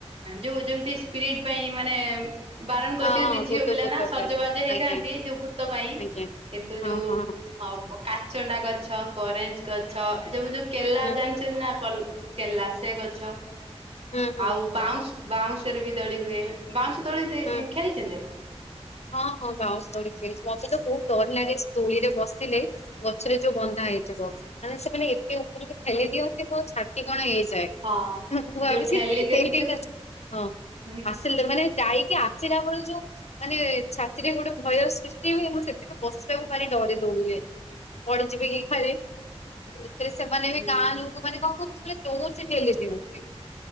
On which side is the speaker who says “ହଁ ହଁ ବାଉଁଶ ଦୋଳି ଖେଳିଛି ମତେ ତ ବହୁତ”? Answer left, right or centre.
Left